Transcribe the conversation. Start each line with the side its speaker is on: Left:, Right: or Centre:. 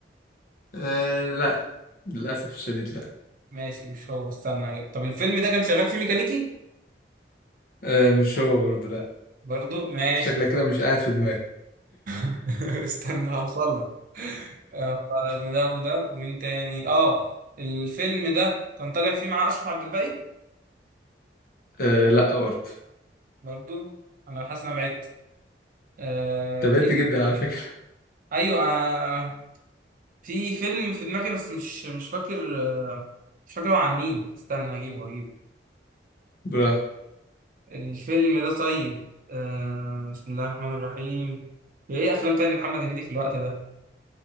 Left: آه لا للاسف الشديد لا
Right: ماشي مش هو استنى طب الفيلم ده كان شغال فيه ميكانيكي
Left: آه مش هو برضه لا
Right: برضو ماشي
Left: أنت شكلك كده
Right: طب
Left: مش قاعد في دماغي
Right: <laughs> استنى هوصل لك آه، ده وده ومين تاني اه الفيلم ده كان طالع فيه مع اشرف عبد الباقي
Left: <laughs> آه لا برضه
Right: برضو انا حاسس ان انا بعدت آه...
Left: تابعت
Right: إيه
Left: جدا على
Right: تاني؟
Left: فكرة
Right: ايوه آه... آه. في فيلم في دماغي بس مش مش فاكر آه، مش فاكر هو عن مين استنى اجيبه اجيبه
Left: براحة
Right: الفيلم ده طيب آه، بسم الله الرحمن الرحيم يا ايه افلام تاني محمد هنيدي في الوقت ده